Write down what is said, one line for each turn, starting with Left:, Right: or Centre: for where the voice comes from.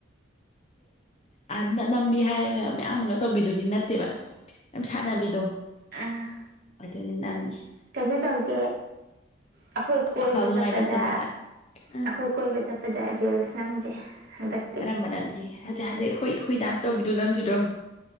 Left: ꯑꯦ ꯅꯝꯕꯤ ꯍꯥꯏꯔꯒ ꯃꯌꯥꯝ ꯃꯅ ꯇꯧꯕꯤꯗꯨꯗꯤ ꯅꯠꯇꯦꯕ ꯌꯥꯝ ꯁꯥꯟꯅꯕꯤꯗꯣ
Right: ꯑ
Left: ꯑꯗꯨꯅꯦ ꯅꯝꯃꯤꯁꯤ
Right: ꯀꯩꯅꯣ ꯇꯧꯁꯦ ꯑꯩꯈꯣꯏ ꯀꯣꯏꯕ
Left: ꯑꯐꯕ ꯅꯨꯡꯉꯥꯏ
Right: ꯆꯠꯄꯗ
Left: ꯅꯠꯇꯕꯤꯗ
Right: ꯑꯩꯈꯣꯏ
Left: ꯑ
Right: ꯀꯣꯏꯕ ꯆꯠꯄꯗ ꯔꯤꯜꯁ ꯅꯝꯁꯦ ꯍꯟꯗꯛꯇꯤ
Left: ꯀꯔꯝꯕ ꯅꯥ ꯍꯧꯖꯤꯛ ꯍꯥꯏꯗꯗꯤ ꯍꯣꯏ ꯍꯈꯣꯏ ꯗꯥꯟꯁ ꯇꯧꯕꯤꯗꯣ ꯅꯝꯁꯤꯔꯣ